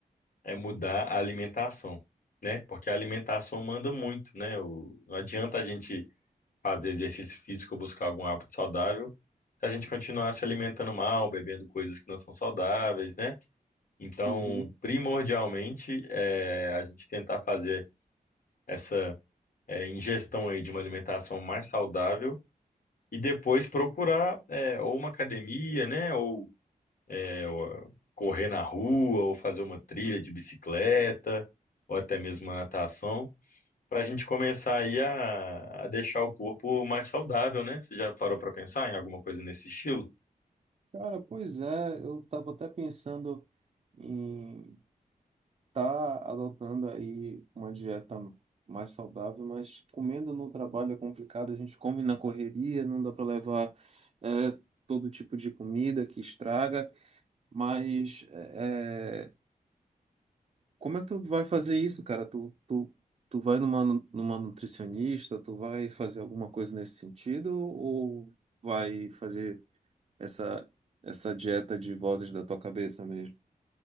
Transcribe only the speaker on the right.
Uhum.
Cara, pois é, eu tava até pensando em tá adotando aí uma dieta mais saudável, mas comendo no trabalho é complicado, a gente come na correria, não dá para levar é, todo tipo de comida que estraga, mas é, como é que tu vai fazer isso, cara? Tu, tu, tu vai numa, nu- numa nutricionista, tu vai fazer alguma coisa nesse sentido ou vai fazer essa, essa dieta de vozes da tua cabeça mesmo?